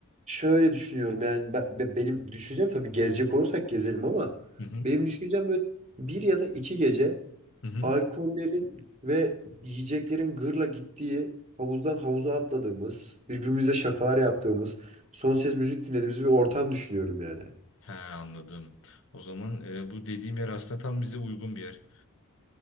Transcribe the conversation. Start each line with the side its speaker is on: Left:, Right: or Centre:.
Right: şöyle düşünüyorum yani ben- be- benim düşüncem tabii gezecek olursak gezelim ama
Left: Hı hı.
Right: benim düşüncem böyle bir ya da iki gece
Left: Hı hı.
Right: Alkollerin ve yiyeceklerin gırla gittiği, havuzdan havuza atladığımız, birbirimize şakalar yaptığımız, son ses müzik dinlediğimiz bir ortam düşünüyorum yani.
Left: He anladım. O zaman e, bu dediğim yer aslında tam bize uygun bir yer.